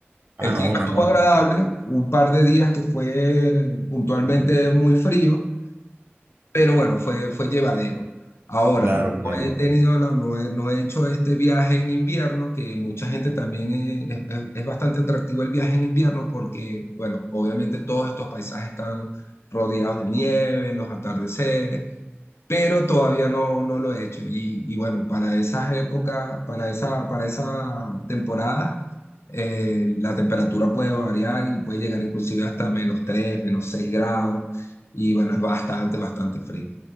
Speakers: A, on the left; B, on the right.
A: El
B: Ah, no,
A: clima
B: una
A: estuvo
B: nota.
A: agradable, un par de días que fue puntualmente muy frío, pero bueno, fue, fue llevadero. Ahora,
B: Claro, claro.
A: no he tenido, la- no he, no he hecho este viaje en invierno, que mucha gente también eh, es, es- es bastante atractivo el viaje en invierno porque, bueno, obviamente todos estos paisajes están rodeados de nieve, los atardeceres, pero todavía no, no lo he hecho. Y, y bueno, para esas épocas, para esa, para esa temporada, eh, la temperatura puede variar y puede llegar inclusive hasta menos tres menos 6 grados. Y bueno, es bastante, bastante frío.